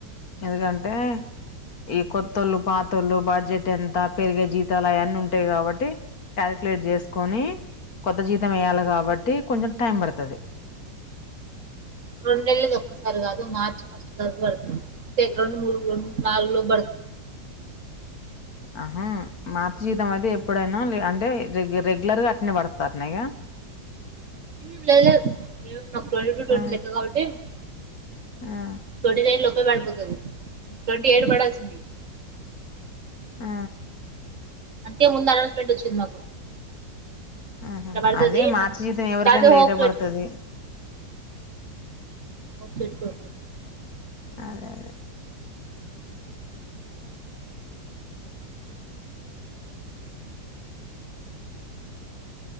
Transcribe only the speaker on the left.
ఎందుకంటే ఈ కొత్తళ్ళు పాత్తళ్ళు బడ్జెట్ ఎంత పెరిగే జీతాలు అవి అన్ని నుంటాయి కాబట్టి క్యాక్యులేటే చేసుకొని కొత్త జీతం వేయాలి కాబట్టి బట్టి కొంచెం టైం పడతాది
ఆహా మాత జీతం అయితే ఎప్పుడైనా లే అంటే రెగ్యులర్ పడతాన్నాయా
ఆ
ఆ
ఆ
ఆహా
అదే మార్చ్ జీతం ఎవరికైనా
లేటుగా
పడుతది
అదే అదే